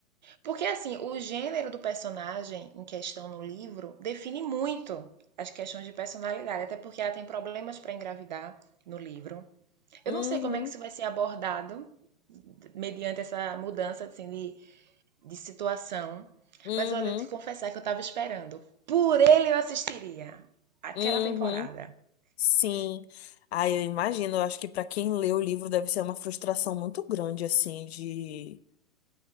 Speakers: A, on the right (about 35°); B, on the left (about 50°).
A: Porque assim, o gênero do personagem em questão no livro define muito as questões de personalidade, até porque ela tem problemas para engravidar no livro. Eu
B: Uhum,
A: não sei como é que isso vai ser abordado mediante essa mudança assim, de, de situação.
B: uhum,
A: Mas olha, eu te confessar que eu tava esperando. Por ele eu assistiria. Aquela
B: uhum.
A: temporada.
B: Sim. Ah, eu imagino, eu acho que para quem lê o livro deve ser uma frustração muito grande, assim, de,